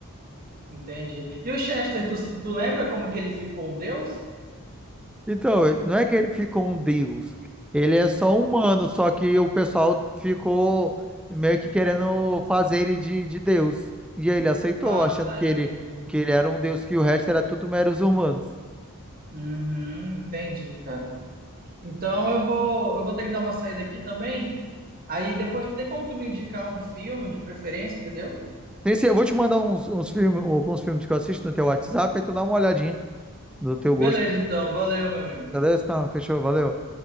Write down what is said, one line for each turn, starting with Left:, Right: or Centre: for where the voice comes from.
Right: Entendi. E o Chester, tu, tu lembra como que ele ficou um deus?
Centre: Então, ele- não é que ele ficou um deus. Ele é só humano, só que o pessoal ficou meio que querendo fazer ele de, de deus. E aí ele aceitou,
Right: Ah,
Centre: achando
Right: tá,
Centre: que
Right: entendi.
Centre: ele, que ele era um deus, que o resto era tudo meros humanos.
Right: Uhum, entendi, cara. Então eu vou, eu vou ter que dar uma saída aqui também. Aí depois tem como tu me indicar um filme de preferência, entendeu?
Centre: Sim, sim, eu vou te mandar uns, uns filmes, alguns filmes que eu assisto no teu WhatsApp, aí tu dá uma olhadinha do teu gosto.
Right: Beleza, então. Valeu, meu amigo.
Centre: Beleza? Então, fechou, valeu.